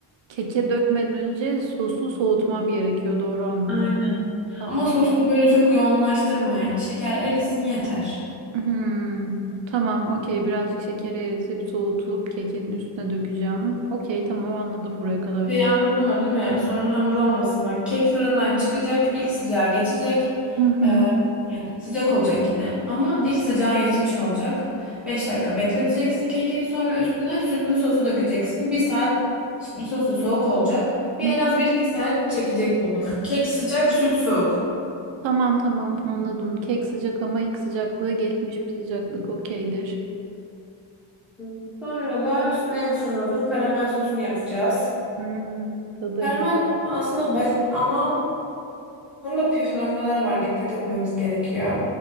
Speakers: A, on the right; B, in the centre.
A: keke dökmeden önce sosu soğutmam gerekiyor. Doğru anladım.
B: Aynen.
A: Tamam.
B: Ama sosu da böyle çok yoğunlaştırma yani. Şeker erisin yeter.
A: Hmm, tamam, okey. Birazcık şekeri eritip soğutup kekin üstüne dökeceğim. Okey, tamam anladım buraya kadar.
B: Şey anladın mı değil mi? Sonra hamur olmasın bak. Kek fırından çıkacak. ilk sıcağı geçecek.
A: Hı hı.
B: Ee, yani sıcak olacak yine. Ama ilk sıcağı geçmiş olacak. 5 dakika bekleteceksin keki. Sonra üstüne sütlü sosu dökeceksin. Bir saat sütlü sosu soğuk olacak. Bir
A: hı.
B: en az bir iki saat çekecek bu bunu. Kek sıcak, süt soğuk.
A: Tamam tamam anladım. Kek sıcak ama ilk sıcaklığı geçmiş bir sıcaklık okeydir.
B: Hmm. Sonra da üstüne en son adım karamel sosunu yapacağız.
A: Hmm, tadı
B: Karamel
A: en güzel.
B: sosu aslında basit ama bunun da püf noktaları var. Dikkat etmemiz gerekiyor.